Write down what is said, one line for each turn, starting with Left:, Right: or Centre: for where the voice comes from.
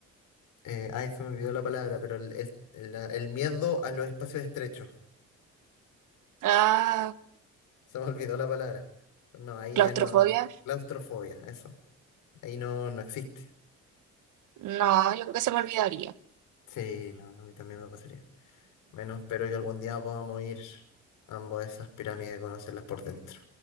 Left: eh, ay, se me olvidó la palabra, pero el, el, la- el miedo a los espacios estrechos.
Right: Ah,
Left: Se me olvidó la palabra. No, ahí
Right: claustrofobia,
Left: ya no. Claustrofobia, eso. Ahí no, no existe.
Right: no, yo creo que se me olvidaría.
Left: Sí, no, a mí también me pasaría. Bueno, espero que algún día podamos ir ambos a esas pirámides y conocerlas por dentro.